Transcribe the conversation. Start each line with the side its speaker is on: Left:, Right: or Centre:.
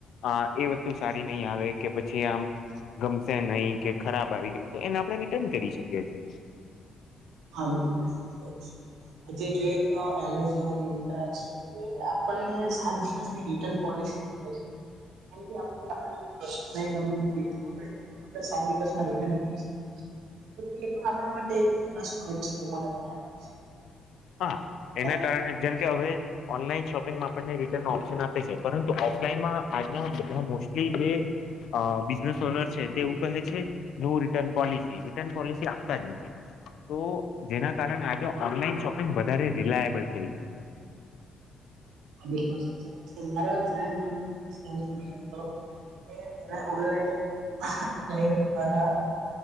Left: અ એ વસ્તુ સારી નહી આવે કે પછી આમ ગમશે નહી કે ખરાબ આવી ગઈ તો એને આપણે રિટર્ન કરી શકીએ છીએ.
Right: હા બિલકુલ સાચી વાત છે આજે જોઈએ તો એમેઝોન મિત્રા છે એ આપણને સાત દિવસની રિટર્ન પોલિસી આપે છે. કારણ કે આપણને કોઈ વસ્તુ ગમી હોય તો આપડે તે આપણે સાત દિવસમાં રિટર્ન કરી શકીએ છીએ, તો તે પણ આપણા માટે એક પ્લસ પોન્ટ છે એવું માનવામાં આવે છે.
Left: હા એના
Right: અને
Left: કારણે જેમ કે હવે ઓનલાઈન શોપિંગમાં આપણને રીટર્ન ઓપ્શન આપે છે પરંતુ ઓફલાઈનમાં આજના બધા મોસ્ટલી જે અ બિઝનેસ ઓનર છે તેવ એવું કહે છે નું રિટર્ન પોલિસી. રિટર્ન પોલિસી આપતા જ નથી. તો જેના કારણે આજે ઓનલાઈન શોપિંગ વધારે રિલાયબલ થઈ. છે
Right: <unintelligible> તે ઓનલાઈન દ્વારા.